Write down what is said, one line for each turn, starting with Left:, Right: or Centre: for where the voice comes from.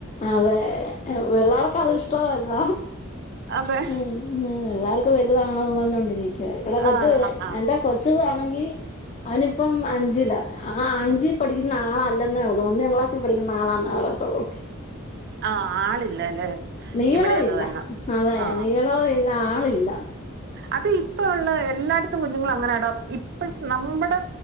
Left: അതെ പിള്ളാർക്കത് ഇഷ്ടോ അല്ല
Right: അതെ
Left: ഉം ഉം പിള്ളാർക്ക്‌ വലുതാവണം പറഞ്ഞോണ്ടിരിക്ക ഇവിടെ <unintelligible>
Right: ആ ആ ആ
Left: എന്താ- <unintelligible> താണെങ്കി അവനിപ്പം അഞ്ചിലാ ആഹ് അഞ്ചി പഠിക്കുന്ന ആളല്ലെന്നേ ഒള്ളൂ. ഒന്നാം ക്ലാസ്സിൽ പഠിക്കുന്ന ആളാന്നേ പറയത്തുള്ളൂ.
Right: ആ, ആളില്ല അല്ലേ
Left: നീളം
Right: ഇവിടെ അത്
Left: ഇല്ല
Right: തന്നെ
Left: <unintelligible>
Right: ആ
Left: <unintelligible> ളോ ഇന്ന് ആളില്ല
Right: അത് ഇപ്പ ഉള്ള എല്ലാടത്തും കുഞ്ഞുങ്ങളും അങ്ങനാടോ ഇപ്പഴ് നമ്മടെ-